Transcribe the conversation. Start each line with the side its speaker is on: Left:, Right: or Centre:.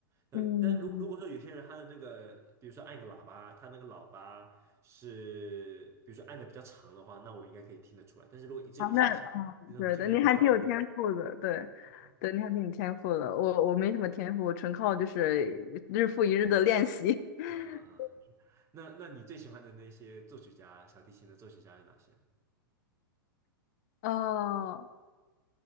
Right: 呃，
Left: <laughs> 嗯，
Right: 但如如果说有些人他的那个，比如说按个喇叭，他那个喇叭是比如说按的比较长的话，那我应该可以听得出来。但是如果只有一下下，
Left: 啊，那啊，
Right: 那种就是很像噪音。
Left: 对对，你还挺有天赋的，对。
Right: 嗯嗯
Left: 对，你还挺有天赋的，我我没什么天赋，纯靠就是日复一日的练习。<laughs>
Right: 啊啊，啊，是。那那你最喜欢的那些作曲家，小提琴的作曲家有哪些？
Left: 哦，